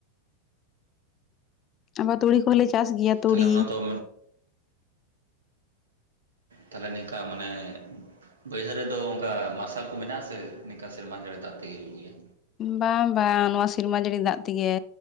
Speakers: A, on the left (about 30°); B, on the right (about 70°).
A: ᱟᱵᱟᱨ ᱛᱩᱲᱤ ᱠᱚᱦᱚᱸᱞᱮ ᱪᱟᱥ ᱜᱮᱭᱟ᱾ ᱛᱩᱲᱤ
B: ᱛᱟᱦᱞᱮ ᱚᱱᱟᱫᱚ, ᱛᱟᱦᱞᱮ ᱱᱤᱝᱠᱟ ᱢᱟᱱᱮ ᱵᱟᱹᱭᱦᱟᱹᱲ ᱨᱮᱫᱚ ᱚᱱᱠᱟ ᱢᱟᱨᱥᱟᱞ ᱠᱚ ᱢᱮᱱᱟᱜᱼᱟ ᱥᱮ ᱱᱤᱝᱠᱟ ᱥᱮᱨᱢᱟ ᱡᱟᱹᱲᱮ ᱫᱟᱜ ᱛᱮᱜᱮ ᱦᱩᱭᱩᱜ ᱜᱮᱭᱟ?
A: ᱵᱟᱝ ᱵᱟᱝ ᱱᱚᱣᱟ ᱥᱮᱨᱢᱟ ᱡᱟᱹᱲᱤ ᱫᱟᱜ ᱛᱤᱜᱮ᱾